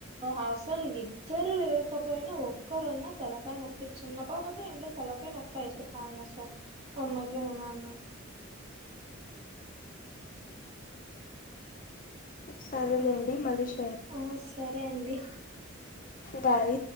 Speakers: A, on the right (about 30°); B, on the left (about 40°).
A: అసలు ఇద్దరు లేకపోయినా ఒక్కరున్నా తలకాయ నొప్పి చిన్న బాబాయితే ఎందో తలకై నొప్పి అయిపోతాంధశాల వాళ్ళ ఉన్నా అన్నాకి
B: సరేలేండి మలీష
A: ఆ సరే అండి
B: బాయ్